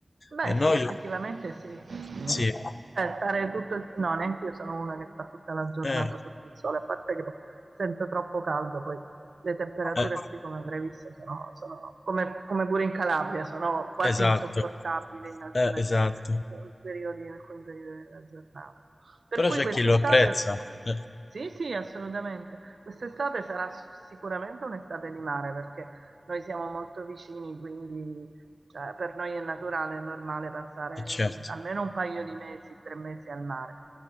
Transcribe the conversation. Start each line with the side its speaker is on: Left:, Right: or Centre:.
Right: Beh,
Left: Mi annoio?
Right: sì, effettivamente sì. Cioè,
Left: Sì.
Right: stare tutto il... No, neanche io sono una che sta tutta la giornata
Left: Eh,
Right: sotto il sole, a parte che po- sento troppo caldo, poi le temperature
Left: eh.
Right: qui, come avrai visto, sono, sono come, come pure in Calabria, sono quasi
Left: Esatto,
Right: insopportabili in alcune
Left: eh, esatto.
Right: periodi, in alcuni periodi della giornata. Per
Left: Però
Right: cui
Left: c'è
Right: quest'estate,
Left: chi lo apprezza, eh,
Right: sì, sì, assolutamente, quest'estate sarà sicuramente un'estate di mare, perché noi siamo molto vicini, quindi cioè, per noi è naturale, è normale passare
Left: e certo.
Right: almeno un paio di mesi, tre mesi al mare.